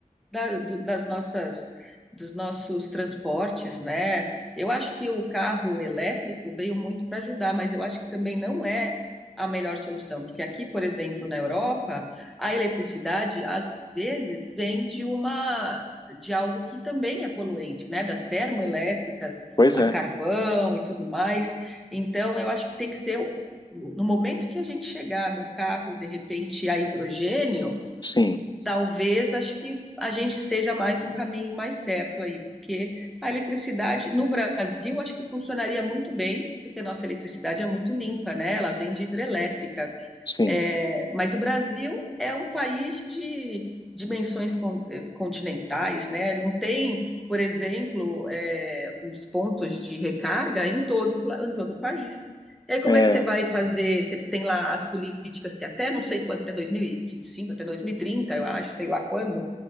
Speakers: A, in the centre; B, on the left (about 30°).
A: da- do- das nossas, dos nossos transportes, né? Eu acho que o carro elétrico veio muito para ajudar, mas eu acho que também não é a melhor solução, porque aqui, por exemplo, na Europa, a eletricidade às vezes vem de uma de algo que também é poluente, né? Das termoelétricas
B: Pois
A: a
B: é,
A: carvão e tudo mais. Então, eu acho que tem que ser o- no momento que a gente chegar num carro, de repente, a hidrogênio,
B: sim,
A: talvez acho que a gente esteja mais no caminho mais certo aí, porque a eletricidade no Brasil acho que funcionaria muito bem, porque a nossa eletricidade é muito limpa, né? Ela vem de hidrelétrica,
B: sim.
A: é, mas o Brasil é um país de dimensões con- eh, continentais, né? Não tem, por exemplo, eh, os pontos de recarga em todo, o pla- em todo o país. E aí, como
B: É,
A: é que você vai fazer? Você tem lá as políticas que até não sei quanto, até 2025, até 2030, eu acho, sei lá quando,